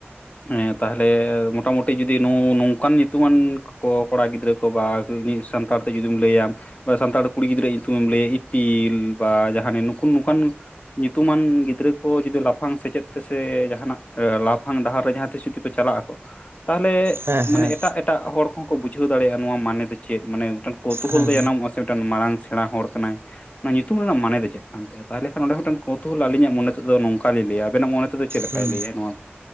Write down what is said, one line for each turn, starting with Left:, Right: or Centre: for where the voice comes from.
Left: ᱮᱸ ᱛᱟᱦᱚᱞᱮ ᱢᱚᱴᱟᱢᱩᱴ ᱛᱮ ᱡᱩᱫᱤ ᱱᱚᱝ ᱱᱚᱝᱠᱟᱱ ᱧᱩᱛᱩᱢᱟᱱ ᱠᱚ ᱠᱚᱲᱟ ᱜᱤᱫᱽᱨᱟᱹ ᱠᱚ ᱵᱟ <unintelligible> ᱥᱟᱱᱛᱟᱲ ᱛᱮ ᱡᱩᱫᱤᱢ ᱞᱟᱹᱭᱟᱢ ᱵᱟ ᱥᱟᱱᱛᱟᱲ ᱠᱩᱲᱤ ᱜᱤᱫᱽᱨᱟᱹᱣᱟᱜ ᱧᱩᱛᱩᱢᱮᱢ ᱞᱟᱹᱭᱟ ᱤᱯᱤᱞ ᱵᱟ ᱡᱟᱦᱟᱸᱱ ᱱᱩᱠᱩ ᱱᱚᱝᱠᱟᱱ ᱧᱩᱛᱩᱢᱟᱱ ᱜᱤᱫᱽᱨᱟᱹ ᱠᱚ ᱡᱩᱫᱤ ᱞᱟᱯᱷᱟᱝ ᱥᱮᱪᱮᱫ ᱛᱮᱥᱮ ᱡᱟᱦᱟᱸᱱᱟᱜ ᱞᱟᱯᱷᱟᱝ ᱰᱟᱦᱟᱨ ᱨᱮ ᱡᱟᱦᱟᱸ ᱛᱤᱥ ᱡᱩᱫᱤ ᱯᱮ ᱪᱟᱞᱟᱜ ᱟᱠᱚ ᱛᱟᱦᱚᱞᱮ
Right: ᱦᱮᱸ ᱦᱮᱸ
Left: ᱢᱟᱱᱮ ᱮᱴᱟᱜ ᱮᱴᱟᱜ ᱦᱚᱲ ᱠᱚᱦᱚᱸ ᱠᱚ ᱵᱩᱡᱷᱟᱹᱣ ᱫᱟᱲᱮᱭᱟᱜᱼᱟ ᱱᱚᱣᱟ ᱢᱟᱱᱮ ᱫᱚ ᱪᱮᱜ ᱢᱟᱱᱮ ᱢᱤᱜᱴᱟᱝ ᱠᱚᱛᱚ
Right: ᱦᱮᱸ
Left: ᱦᱚᱞ ᱫᱤᱭᱟ ᱱᱟᱢ ᱟᱥᱮᱱᱴ ᱢᱤᱜᱴᱟᱝ ᱢᱟᱨᱟᱝ ᱥᱮᱬᱟ ᱦᱚᱲ ᱠᱟᱱᱟᱭ ᱚᱱᱟ ᱧᱩᱛᱩᱢ ᱨᱮᱱᱟᱜ ᱢᱟᱱᱮ ᱫᱚ ᱪᱮᱫ ᱠᱟᱱ ᱛᱟᱭᱟ ᱛᱟᱦᱚᱞᱮ ᱠᱷᱟᱱ ᱚᱸᱰᱮ ᱢᱤᱜᱴᱟᱝ ᱠᱚᱛᱚᱜᱩᱞᱟ ᱟᱹᱞᱤᱧᱟᱜ ᱢᱚᱱᱮ ᱛᱮᱫᱚ ᱱᱚᱝᱠᱟ ᱞᱮ ᱞᱟᱹᱭᱟ ᱟᱵᱮᱱᱟᱜ ᱢᱚᱱᱮ ᱛᱮᱫᱚ ᱪᱮᱫ ᱞᱮᱠᱟᱭ
Right: ᱦᱩᱸ
Left: ᱞᱟᱹᱭᱟ ᱱᱚᱣᱟ